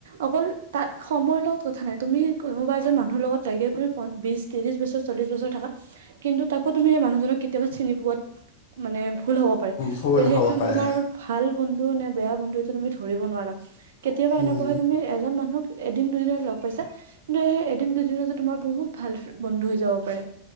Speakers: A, on the right; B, on the left.
A: অকল তাত সময়ৰ লগত কথা নাই। তুমি কোনোবা এজন মানুহৰ লগত লাগে তুমি বিশ, ত্ৰিশ বছৰ, চল্লিশ বছৰ থাকা, কিন্তু তাকো তুমি সেই মানুহজনক কেতিয়াবা চিনি পোৱাত মানে ভুল হ'ব পাৰে,
B: ভুল
A: ত সেইটো
B: হ'ব পাৰে।
A: তোমাৰ ভাল বন টো নে বেয়া বন্ধু এইটো তুমি ধৰিব নোৱাৰা। কেতিয়াবা এনেকুৱা
B: উম,
A: হয় তুমি এজন মানুহক এদিন দুদিনত লগ পাইছা কিন্তু সেই এদিন দুদিনতে তোমাৰ বহুত ভাল ফে-বন্ধু হৈ যাব পাৰে।